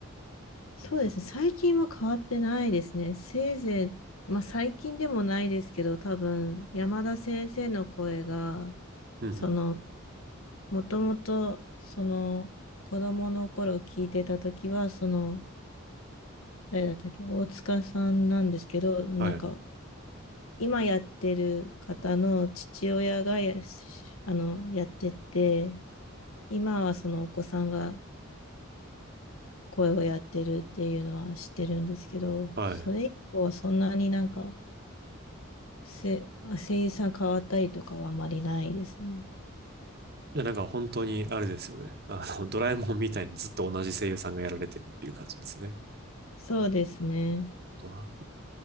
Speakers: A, on the left; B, on the right.
A: そうですね。最近は変わってないですね。せいぜい、まあ最近でもないですけど、多分山田先生の声が、
B: うんうん。
A: その、もともと、その、子供の頃聞いてた時は、その、誰だったっけ、大塚さんなんですけど、なんか
B: はい。
A: 今やってる方の父親がやあの、やってて、今はそのお子さんが声をやってるっていうのは知ってるんですけど、
B: はい。
A: それ以降はそんなになんか、せ、声優さん変わったりとかはあまりないですね。
B: いや、なんか本当にあれですよね。あの、ドラえもんみたいにずっと同じ声優さんがやられてるっていう感じなんですよね。
A: そうですね。
B: どな。